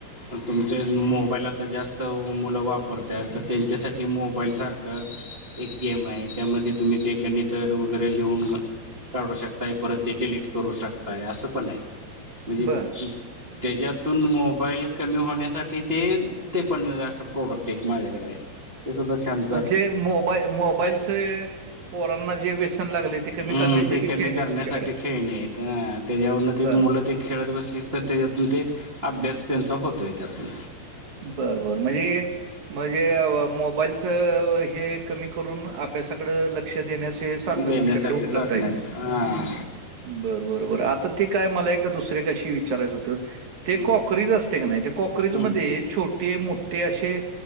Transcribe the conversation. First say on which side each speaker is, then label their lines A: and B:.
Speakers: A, on the right; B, on the right.
A: म तुमचेच मोबाईल आता जास्त मुलं वापरत्यात तर त्यांच्यासाठी मोबाईल सारखं एक गेम आय त्यामध्ये तुम्ही ते गणित वगैरे लिहून काढू शकताय परत ते डिलीट करू शकताय असं पण हाय म्हणजे
B: बरं
A: त्याज्यातून मोबाईल कमी होण्यासाठी ते ते पण असं प्रोडक्ट एक माझ्याकड हाय ते सुद्धा छान
B: म्हणजे मोबा मोबाईलचे पोरांना जे व्यसन लागले ते कमी
A: अम्म
B: करण्याची
A: ते
B: बी
A: कमी
B: खेळणी
A: करण्यासाठी
B: तुमच्याकडे आहेत.
A: खेळणी येत त्याच्यावरन ते
B: बर
A: मुलं ते खेळत बसलीस त त्याज्यातून ते अभ्यास त्यांचा होतोय त्यातून
B: बर बर मजे मजे मोबाईलच हे कमी करून अभ्यासाकड लक्ष देण्यास ते साधना
A: देण्यासाठी
B: तुमच्याकड उपलब्ध
A: साधण्या
B: हाईती.
A: हा
B: बर बर बर
A: त्याची
B: आता ते काय मला एका दुसर एक अशी विचारायचं होतं
A: हम्म
B: ते कॉकरीज असतय का नाय त्या कॉकरीजमध्ये
A: हम्म
B: छोटे मोठे असे